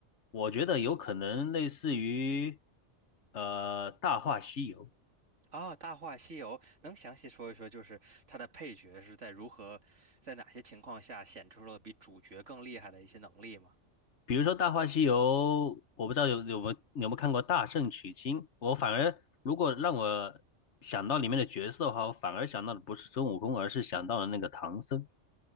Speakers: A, on the left; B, on the right.
A: 我觉得有可能类似于呃《大话西游》。
B: 哦，《大话西游》能详细说一说，就是它的配角是在如何，在哪些情况下显出了比主角更厉害的一些能力吗？
A: 比如说《大话西游》，我不知道有有没有有没有看过《大圣娶亲》，我反而如果让我想到里面的角色的话，我反而想到的不是孙悟空，而是想到了那个唐僧。